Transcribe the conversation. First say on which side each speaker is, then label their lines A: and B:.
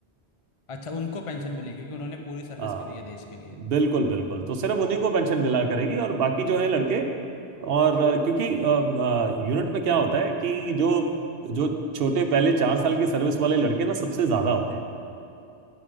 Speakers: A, on the left (about 40°); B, on the right (about 65°).
A: अच्छा उनको पेंशन मिलेगी क्योंकि उन्होंने पूरी सर्विस
B: हाँ
A: करी है देश के लिए
B: बिल्कुल बिल्कुल तो सिर्फ उन्हीं को पेंशन मिला करेगी और बाकी जो है लड़के और अ, क्योंकि यूनिट में क्या होता है कि जो जो छोटे पहले चार साल के सर्विस वाले लड़के ना सबसे ज्यादा होते हैं